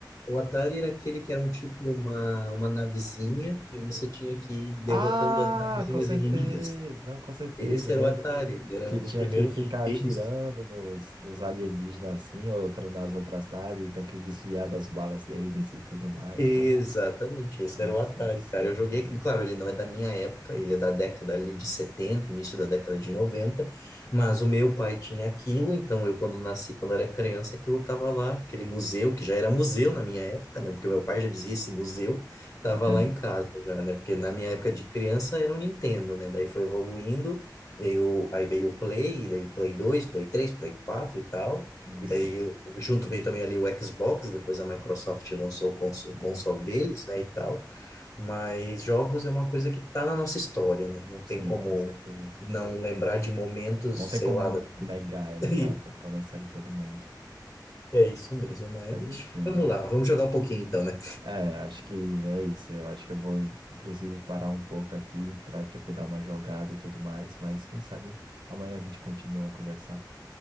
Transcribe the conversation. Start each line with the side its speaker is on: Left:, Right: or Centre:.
Left: O Atari era aquele que era um tipo uma, uma navezinha que você tinha que ir derrotando
Right: Ah,
Left: as navezinhas
Right: com certeza.
Left: inimigas.
Right: Não, com certeza,
Left: Esse
Right: lembro.
Left: era o Atari, era
Right: Que
Left: um dos
Right: tinha
Left: primeiros
Right: que ficar atirando
Left: games.
Right: nos, nos alienígenas assim, outra nas outras naves, e tem que desviar das balas deles e tudo mais,
Left: Exatamente,
Right: né?
Left: esse
Right: Ah,
Left: era o Atari,
Right: sim, sim,
Left: cara. Eu joguei,
Right: lembro.
Left: claro, ele não é da minha época, ele é da década ali de 70, início da década de 90. mas o meu pai tinha aquilo, então eu quando nasci, quando era criança, aquilo tava lá, aquele museu, que já era museu na minha época, né? Porque meu pai já dizia esse museu, tava
Right: É,
Left: lá em casa já, né? Porque na minha época de criança era o Nintendo, né? Daí foi evoluindo, veio, aí veio o Play, daí Play 2, Play 3, Play 4 e tal.
Right: sim,
Left: E
Right: sim.
Left: daí, junto veio também ali o Xbox, depois a Microsoft lançou o, cons o
Right: Sim,
Left: console deles, né, e tal. Mas jogos é uma coisa que tá na nossa história, né? Não
Right: sim,
Left: tem como
Right: com certeza.
Left: não lembrar de momentos,
Right: Bom, Não tem
Left: sei
Right: como
Left: lá. da-
Right: negar,
Left: <laughs>
Right: exato, tá na história de todo mundo.
Left: É isso mesmo, mas
Right: Mas enfim,
Left: vamos lá, vamos jogar um pouquinho então, né?
Right: É, acho que é isso. Eu acho que eu vou, inclusive, parar um pouco aqui para, tipo, dar uma jogada e tudo mais. Mas quem sabe amanhã a gente continua a conversar.